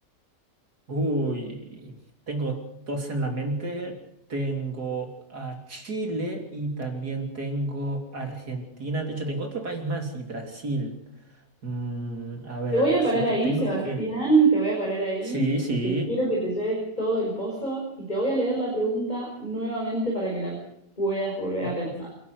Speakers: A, on the right; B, on the left.
A: Uy, tengo dos en la mente. Tengo a Chile y también tengo Argentina. De hecho, tengo otro país más y Brasil. Mm, a ver,
B: Te voy a
A: si
B: parar
A: te
B: ahí,
A: tengo
B: Sebastián,
A: que...
B: te voy a parar ahí,
A: Sí, sí.
B: porque quiero que te lleves todo el pozo y te voy a leer la pregunta nuevamente para que la puedas volver
A: O-
B: a pensar.
A: o-